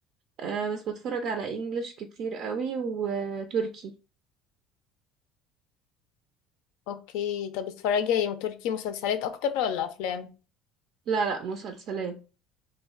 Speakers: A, on the right (about 60°); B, on the left (about 75°).
A: أه بس بتفرج على انجلش كتير قوي وتركي
B: اوكي طب بتتفرجي تركي مسلسلات اكتر ولا افلام
A: لا لا مسلسلات